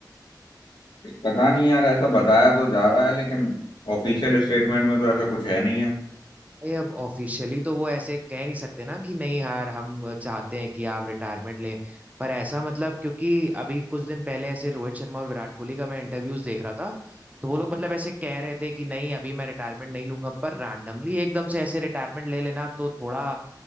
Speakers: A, on the left (about 75°); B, on the right (about 20°).
A: पता नहीं यार ऐसा बताया तो जा रहा है लेकिन ऑफिशियल स्टेटमेंट में तो ऐसा कुछ है नहीं है
B: भाई अब ऑफिशियली तो वो ऐसे कह नहीं सकते ना कि नहीं यार हम चाहते हैं कि आप रिटायरमेंट लें पर ऐसा मतलब क्योंकि अभी कुछ दिन पहले ऐसे रोहित शर्मा और विराट कोहली का मैं इंटरव्यूज देख रहा था तो वो लोग मतलब ऐसे कह रहे थे कि नहीं अभी मैं रिटायरमेंट नहीं लूंगा पर रैंडमली एकदम से ऐसे रिटायरमेंट ले लेना तो थोड़ा